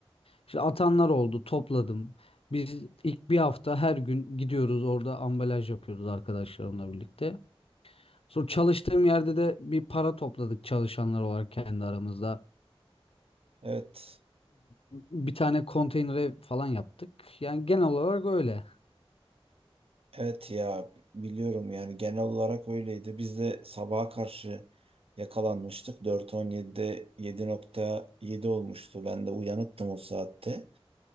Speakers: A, on the left; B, on the right.
A: İşte atanlar oldu, topladım. Biz ilk bir hafta her gün gidiyoruz orada ambalaj yapıyoruz arkadaşlarımla birlikte. Sonra çalıştığım yerde de bir para topladık çalışanlar olarak kendi aramızda.
B: Evet.
A: Bir tane konteynere falan yaptık. Yani genel olarak öyle.
B: Evet ya biliyorum yani genel olarak öyleydi. Biz de sabaha karşı yakalanmıştık. 4.17'de 7.7 olmuştu. Ben de uyanıktım o saatte.